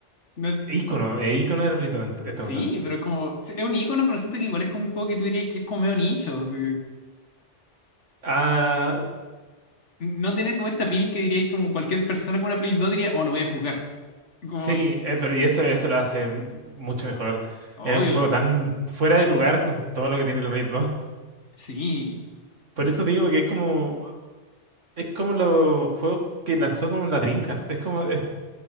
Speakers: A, on the left (about 75°); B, on the right (about 85°).
A: no es-
B: ícono, es ícono de la play esta
A: sí,
B: cosa.
A: pero como, sí, es un icono, pero siento que igual es como un juego que tú dirías que es como medio nicho. o sea,
B: Ah,
A: no tiene como esta pil que dirías como cualquier persona con una Play 2 diría, oh, lo voy a jugar. Como,
B: sí, eh, pero y eso, eso lo hace mucho mejor.
A: obvio,
B: Es un juego
A: o sea,
B: tan fuera de lugar con todo lo que tiene el Blade
A: sí.
B: Por eso digo que es como, es como los juegos que lanzó como la Dreamcast. Es como es